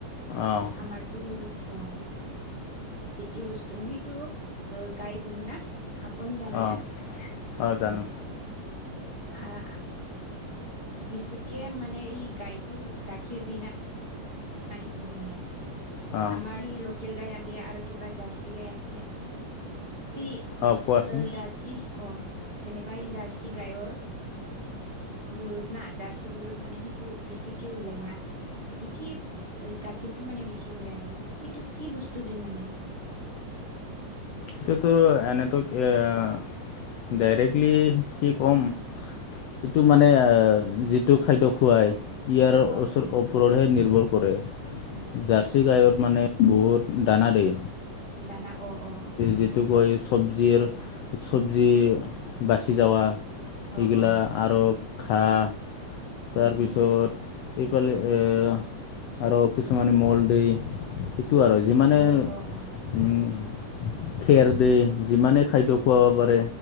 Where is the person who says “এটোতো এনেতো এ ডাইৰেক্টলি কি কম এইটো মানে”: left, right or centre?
Left